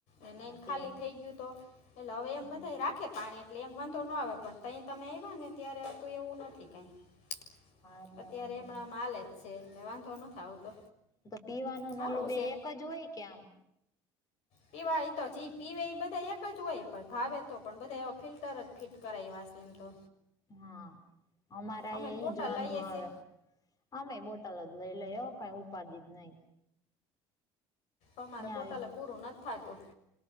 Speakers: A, on the left (about 75°); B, on the left (about 35°).
A: એ નહીને
B: હા
A: ખાલી
B: તે એટલે
A: થઈ ગયું તો એટલે હવે એમ
B: હા
A: બધા રાખે પાણી એટલે એમ વાંધો ના આવે પણ તે તમે આવ્યા ને ત્યારે હતું એવું નથી કઈ
B: એટલે
A: અત્યારે
B: વાંધો
A: એમનમ
B: ન
A: હાલ છે એટલે વાંધો નથી આવતો
B: તો પીવાનું
A: સારું
B: ને ઓલું બે
A: છે
B: એક જ હોય કે આમ
A: પીવા એ તો જ પીવે એ બધા એક જ હોય પણ ભાવે તો પણ બધા એ ફિલ્ટર જ ફીટ કરાવવા છે એમ તો
B: હા અમારા
A: અમે બોટલ
B: ઈ જ વાંધો
A: લઈએ
B: આવે
A: છીએ
B: અમે પણ બોટલ જ લઈ લે હ કઈ ઉપાઘી જ નઈ
A: અમારે
B: ન્યા
A: બોટલે
B: આવી
A: પૂરું નથી થતું